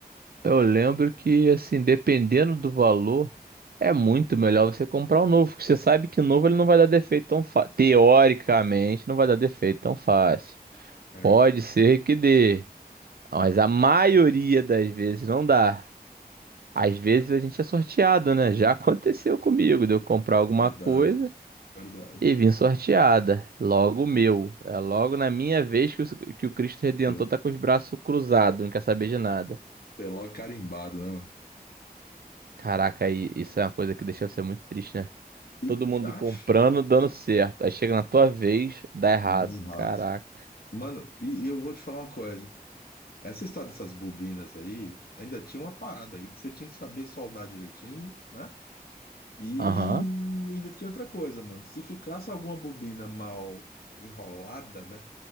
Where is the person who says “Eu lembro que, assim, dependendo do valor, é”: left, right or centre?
Right